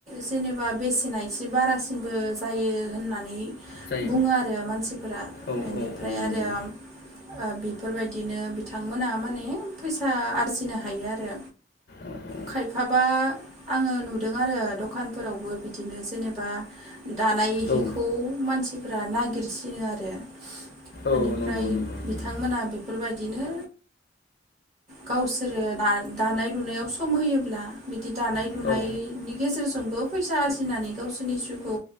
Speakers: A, on the right (about 35°); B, on the left (about 60°).
A: जेनेबा बेसेना एसे बारासिनबो जायो होननानै
B: जायो
A: बुङो आरो मानसिफोरा
B: औ
A: एनिफ्राय
B: औ औ नंगौ
A: आरो ओ बेफोरबायदिनो बिथांमोना माने फैसा आरजिनो हायो आरो।
B: औ
A: खायफाबा आङो नुदों आरो दखानफोरावबो बिदिनो जेनेबा दानाय हिखौ
B: औ
A: मानसि फोरा नागिरसिनो आरो।
B: औ
A: ओनिफ्राय
B: नंगौ नंगौ
A: बिथांमोना
B: नंगौ
A: बेफोरबाय दिनो गावसोरो दा-दानाय लुनायाव सम होयोब्ला बि बि दानाय लुनायनि
B: औ
A: गेजेर जो फ्रोमबो फैसा आरजिनानै गावसोरनि जिउखौ